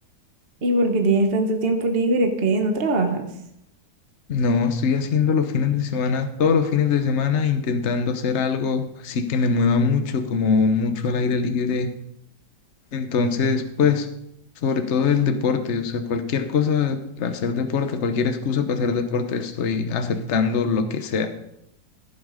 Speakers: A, on the right; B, on the left.
A: ¿Y por qué tienes tanto tiempo libre que no trabajas?
B: No, estoy haciendo los fines de semana, todos los fines de semana, intentando hacer algo así que me mueva mucho, como mucho al aire libre Entonces, pues, sobre todo el deporte, o sea, cualquier cosa para hacer deporte, cualquier excusa para hacer deporte, estoy aceptando lo que sea.